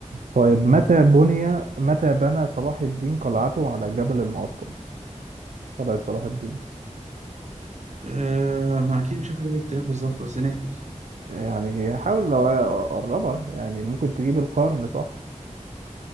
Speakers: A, on the right; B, on the right.
A: طيب متى بني متى بنى صلاح الدين قلعته على جبل المقطم قلعة صلاح الدين
B: آه ما اكيد مش عارف اجيب لك التاريخ بالظبط بس نهبط
A: يعني حاول لو أقربها يعني ممكن تجيب القرن صح